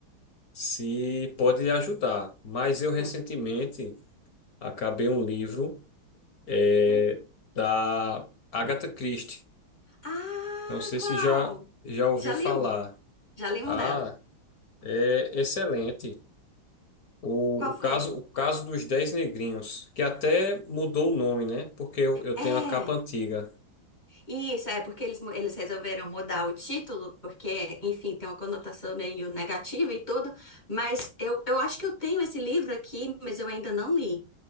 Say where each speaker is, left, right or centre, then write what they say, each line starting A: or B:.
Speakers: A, on the left (about 50°); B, on the left (about 25°).
A: se pode lhe ajudar, mas eu recentemente
B: Hum,
A: acabei um livro eh,
B: hum.
A: da Agatha Christie.
B: Ah,
A: Não sei
B: qual?
A: se já, já ouviu
B: Já
A: falar.
B: li um, já li
A: Ah,
B: um dela.
A: é excelente. O,
B: Qual
A: o caso,
B: foi?
A: o caso dos Dez Negrinhos, que até mudou o nome, né? Porque eu, eu
B: É.
A: tenho a capa antiga.
B: Isso, é porque eles, mu- eles resolveram mudar o título, porque, enfim, tem uma conotação meio negativa e tudo, mas eu, eu acho que eu tenho esse livro aqui, mas eu ainda não li.